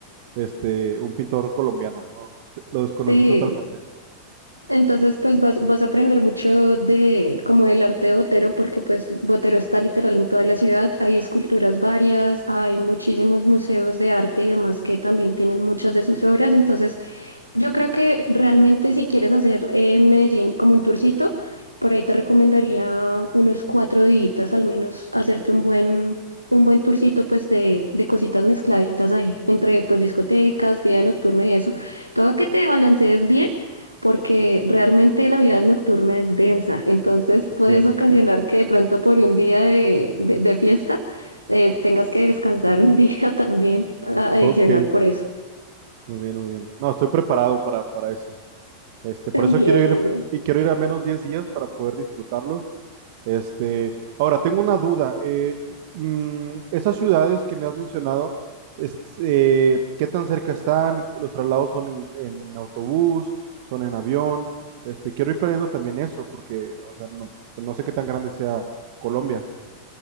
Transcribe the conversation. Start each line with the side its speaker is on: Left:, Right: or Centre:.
Right: este, un pintor colombiano, ¿no? Te- Lo desconocí
Left: Sí,
Right: totalmente.
Left: entonces pues vas, vas a aprender mucho de como del arte de Botero, porque pues Botero está literal en toda la ciudad, hay esculturas varias, hay muchísimos museos de arte y demás que también tienen muchas de sus obras, entonces... Yo creo que realmente si quieres hacer en Medellín como un tourcito, por ahí te recomendaría unos cuatro días al menos hacerte un buen, un buen tourcito pues de, de cositas mezcladitas ahí, entre pues discotecas, vida nocturna y eso. Todo que te balancees bien porque realmente la vida nocturna es densa, entonces puedes
Right: Entiendo.
Left: ocasionar que de pronto por un día de, de- de fiesta eh, tengas que descansar un día <laughs> también a- adicional
Right: Ok,
Left: por eso.
Right: muy bien, muy bien. No, estoy preparado para, para eso. Este, por
Left: Bien,
Right: eso
Left: bien.
Right: quiero ir y quiero ir al menos 10 días para poder disfrutarlo Este, ahora, tengo una duda. eh, mm, esas ciudades que me has mencionado, es- eh, ¿qué tan cerca están? ¿Los traslados son en, en autobús? ¿Son en avión? Este, quiero ir planeando también eso, porque, o sea, no, pues no sé qué tan grande sea Colombia.